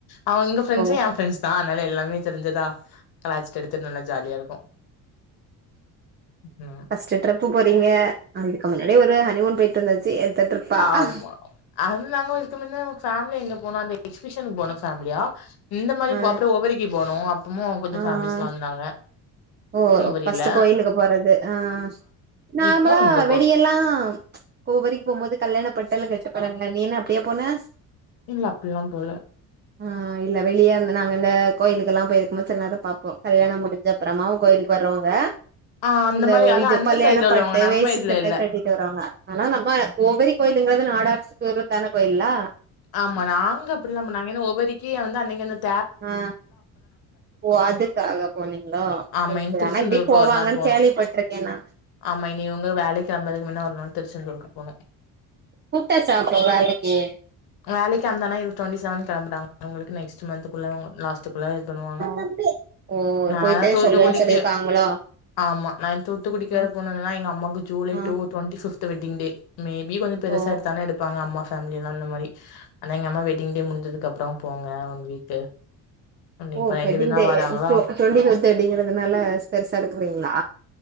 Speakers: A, on the left; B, on the right.
A: அவுங்க எங்க ஃப்ரெண்ட்ஸ்
B: ஓ
A: எ ஃப்ரெண்ட்ஸு தா அதனால எல்லாமே தெரிஞ்சிதா கலாச்சிட்டு எடுத்துட் நல்லா ஜாலியா இருக்கு ம்
B: ஃபஸ்ட் டிரம்ப்பு போறீங்க அதுக்கு முன்னாடி ஒரு ஹனிமூன் போயிட்டு வந்தாச்சு எத்த ட்ரிப்பா
A: ஆமா
B: ஆ
A: அதுந்து நாங்க அதுக்கு முன்ன ஃபேமிலி எங்க போனோ அந்த எக்ஸிபிஷனுக்கு போனோ ஃபேமிலியா இந்த மாரி <unintelligible>
B: ஆ
A: போனு அப்பமு அவங்க கொஞ்சோ
B: ஆ
A: பேமிலீஸ்லா வந்தாங்க
B: ஓ
A: உவரில
B: பர்ஸ்ட்டு கோயிலுக்கு போறது ஆ நார்மலா
A: இப்போ இங்க போறோ
B: வெளியெல்லா ச் ஓவரிக்கு போபோது கல்யாண பண்ட்டாலு கெட்டு போறாங்களா நீ என்ன அப்டியா போன
A: இல்ல அப்பல்லா போல
B: ஆ இல்ல வெளிய இந்த நாங்க இந்ந கோயிலுக்குலா போயிருக்குபோது சில நேரொ பாப்போ கல்யாணோ முடிஞ்சா அப்பறமாவு கோயிலுக்கு வரவங்க
A: ஆ அந்த
B: இந்த
A: மாரி
B: ஒ
A: அதா
B: இது
A: அந்த
B: பல்யாண
A: சைட்ல உள்ளவங்க
B: பட்டு
A: நம்ம
B: வேஸ்ட்டி
A: இதுல
B: சட்ட
A: இல்ல
B: கட்டிட் டுவறாங்க அனா நம்ம ஓவரி கோயில்ங்கறது நாடார்ஸ் <inaudible> கோயில்லா
A: ஆமா நாங்க அப்டிலா பண் நாங்க என்ன ஒவ்வரிக்கி <unintelligible>
B: அ ஓ அதுகாக போனீங்களா
A: ஆமா
B: செரி
A: இன்
B: செரி
A: திருச்செந்தூருக்கு
B: அனா இப்டி போவாங்கனு
A: ஒரு நாள் போனோ
B: கேள்விபட் ருக்க நானு
A: ஆமா இனி உங்க வேலைக்கு அம்பதுக்கு முன்னா ஒரு நாள் திருச்செந்தூருக்கு போனு
B: கூப்ட்டாச்சா அப்போ வேலைக்கி
A: வேலைக்கு அந்தண்ணா யூ எஸ் டுவெண்டி செவன் கெளம்பறங்க அவுங்களுக்கு நெக்ஸ்ட் மந்த்குள்ள அவுங்க லாஸ்ட்டு ஃபுல்லா இது பண்ணுவாங்க
B: ஆ ஓ
A: நாலா
B: போயிட்டு
A: தூத்துக்குடிக்கு
B: சொல்லுவேன்னு சொல்லியிருக்காங்களோ
A: தூத்துகுடிக்கி ஆமா நா தூத்துக்குடிக்கு வேற
B: ம்
A: போனனா எங்க அம்மாக்கு ஜூலை
B: ஆ
A: two twenty fifth wedding day maybe கொஞ்சொ பெருசா
B: ஓ
A: எடுதாலு எடுப்பாங்க அம்மா ஃபேமிளிலா அந்த மாரி அனா எங்க அம்மா வெட்டிங் டே முடிஞ்சதுக்கு அப்பறோ போங்க ஒன் வீக்கு
B: ஓ
A: இப்ப ரெண்டு
B: வெட்டிங்
A: பேர் தா
B: டே
A: வராங்களா
B: டு டுவெண்ட்டி <unintelligible> வெட்டிங்கறதுனால பெருசா எடுக்கறீங்களா